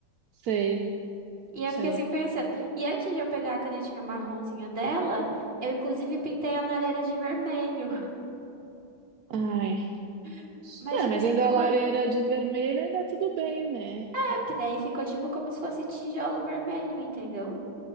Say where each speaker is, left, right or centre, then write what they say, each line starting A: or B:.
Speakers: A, on the right; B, on the right.
A: sei,
B: E eu
A: sei.
B: fiquei assim pensando. E antes de eu pegar a canetinha marronzinha dela, eu inclusive pintei a lareira de vermelho.
A: Ai.
B: <laughs> Mas,
A: Não,
B: tipo
A: mas
B: assim,
A: ainda
B: um-
A: a lareira
B: ver-
A: de vermelho ainda é tudo bem, né?
B: é porque daí ficou tipo como se fosse tijolo vermelho, entendeu?